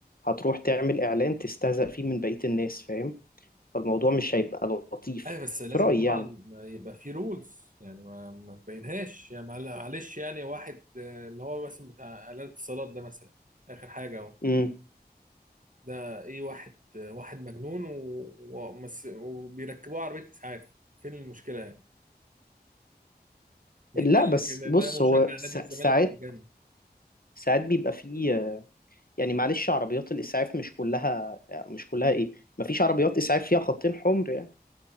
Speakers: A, on the left; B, on the right.
A: هتروح تعمل اعلان تستهزأ فيه من بقية الناس فاهم فالموضوع مش هيبقى لطيف
B: ايوه بس لازم
A: في رأيي
B: طبعا
A: يعني
B: يبقى في رولز يعني ما ما تبينهاش يعني معل- معلش يعني واحد آه، اللي هو مثلا بتاع اعلان اتصالات ده مثلا اخر حاجه اهو
A: امم
B: ده ايه واحد آه، واحد مجنون و... ومس... وبيركبوه عربيه اسعاف فين المشكله يعني مين
A: لا
B: قال
A: بس
B: لك ان
A: بص
B: ده مشجع
A: هو سا-
B: نادي الزمالك
A: ساعات
B: والجنة
A: ساعات بيبقى فيه يعني معلش عربيات الإسعاف مش كلها مش كلها إيه مفيش عربيات إسعاف فيها خطين حمر يعني